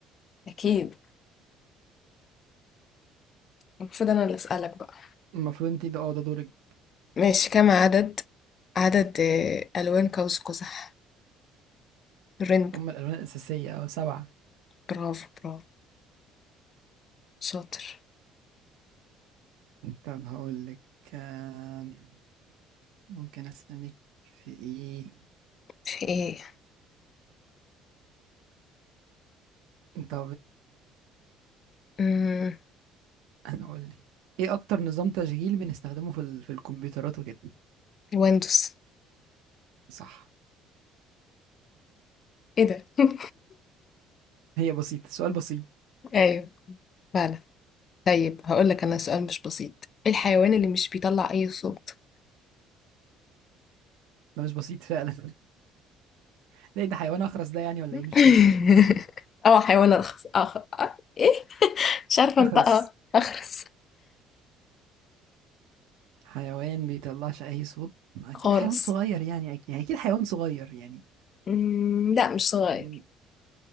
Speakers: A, on the left (about 40°); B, on the right (about 85°).
A: اكيد المفروض انا اللي اسألك بقى
B: المفروض أنت ده أه ده دورك
A: ماشي كم عدد عدد آه، ألوان قوس قزح رينبو
B: هما الألوان الأساسية أه سبعة
A: برافو برافو شاطر
B: طب هقول لك آم، ممكن أسألك في إيه طب
A: في
B: أنت
A: ايه
B: هقول لك إيه أكتر نظام تشغيل بنستخدمه في ال... في الكمبيوترات وكده
A: الوندوس
B: صح
A: ايه ده <laughs>
B: هي بسيطة سؤال بسيط
A: ايوه فعلا طيب هقول لك انا سؤال مش بسيط ايه الحيوان اللي مش بيطلع اي صوت
B: ده مش بسيط فعلا <laughs> ده إيه ده حيوان أخرس ده يعني ولا
A: <laughs>
B: إيه مش فاهم
A: اه حيوان ارخص اخ آه، ايه مش عارفه
B: أخرس
A: انطقها اخرس
B: حيوان بيطلعش اي صوت اكيد
A: خالص
B: حيوان صغير يعني اكيد يعني اكيد حيوان صغير يعني
A: أمم، لا مش صغير
B: م-